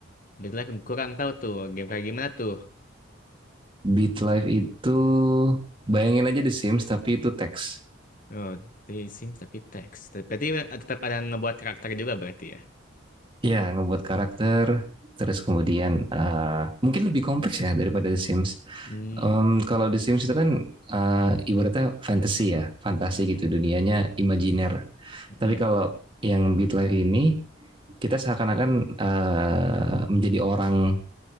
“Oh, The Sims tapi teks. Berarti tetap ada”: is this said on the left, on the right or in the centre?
Left